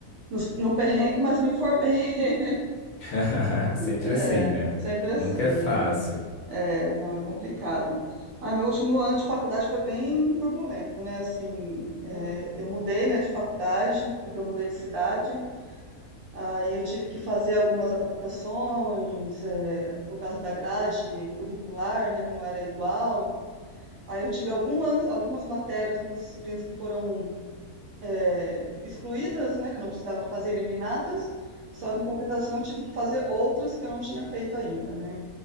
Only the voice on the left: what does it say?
<laughs> Sempre
assim, né?
Nunca é fácil.